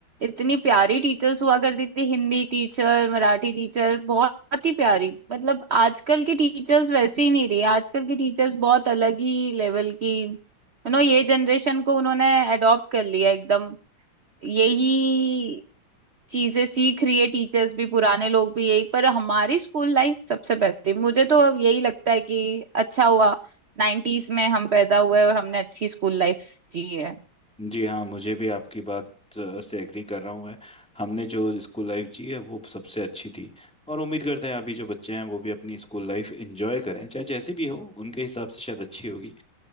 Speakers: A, on the right; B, in the centre.
A: इतनी प्यारी टीचर्स हुआ करती थी हिंदी टीचर मराठी टीचर बहुत ही प्यारी मतलब आजकल की टीचर्स वैसी ही नहीं रही आजकल की टीचर्स बहुत अलग ही लेवल की यू नो ये जनरेशन को उन्होंने अडॉप्ट कर लिया एकदम यही चीजें सीख रही है टीचर्स भी पुराने लोग भी यही पर हमारी स्कूल लाइफ सबसे बेस्ट थी मुझे तो अब यही लगता है कि अच्छा हुआ नाइन्टीज में हम पैदा हुए और हमने अच्छी स्कूल लाइफ जी है
B: जी हाँ मुझे भी आपकी बात अ, से एग्री कर रहा हूँ मैं हमने जो स्कूल लाइफ जी है वो सबसे अच्छी थी और उम्मीद करते हैं अभी जो बच्चे हैं वो भी अपनी स्कूल लाइफ एंजॉय करें चाहे जैसी भी हो उनके हिसाब से शायद अच्छी होगी